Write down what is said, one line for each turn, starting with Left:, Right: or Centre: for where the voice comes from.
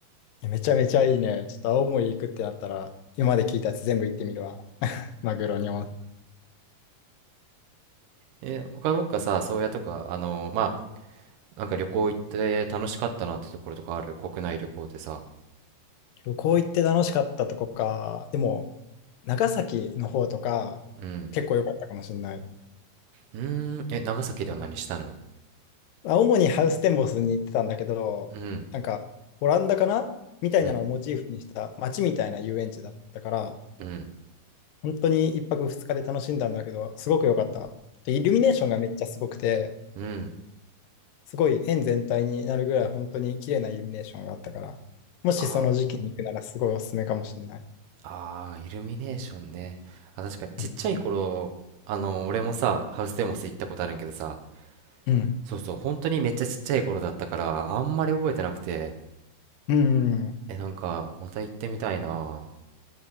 Left: めちゃめちゃいいね。ちょっと青森行くってなったら、今まで聞いたやつ全部行ってみるわ。<laughs> マグロにも。
Right: え、他どっかさ、宗谷とか、あの、まあ、なんか旅行行って楽しかったなってところとかある国内旅行でさ。
Left: 旅行行って楽しかったとこか。でも、長崎の方とか、
Right: うん。
Left: 結構良かったかもしれない。
Right: うーん、え、長崎では何したの
Left: あ主にハウステンボスに行ってたんだけど、
Right: うん、
Left: なんか、オランダかなみたいなのをモチーフにした街みたいな遊園地だったから、
Right: うん、うん、
Left: 本当に1泊2日で楽しんだんだけど、すごく良かった。でイルミネーションがめっちゃすごくて、
Right: うん。
Left: すごい円全体になるぐらい本当に綺麗なイルミネーションがあったから、もしその時期に行くならすごいおすすめかもしれない。
Right: あーあー、イルミネーションね。あ、確かに、ちっちゃい頃、
Left: うん。
Right: あの、俺もさ、ハウステンボス行ったことあるんやけどさ、
Left: うん。
Right: そうそう、本当にめっちゃちっちゃい頃だったから、あんまり覚えてなくて、
Left: うん。
Right: え、なんか、また行ってみたいな。